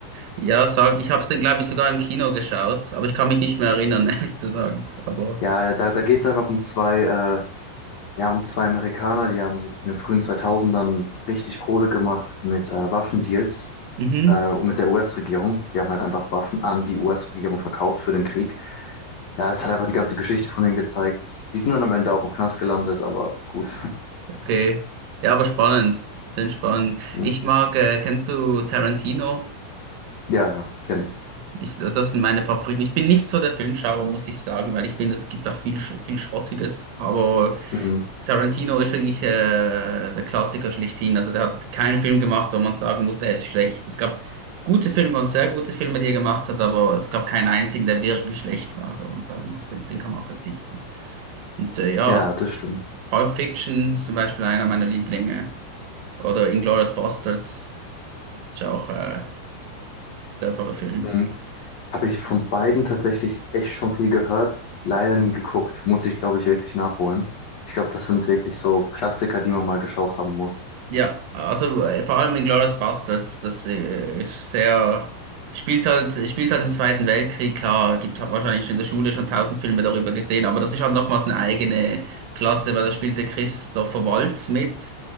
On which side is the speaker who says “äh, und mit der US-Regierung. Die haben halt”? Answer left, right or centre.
Left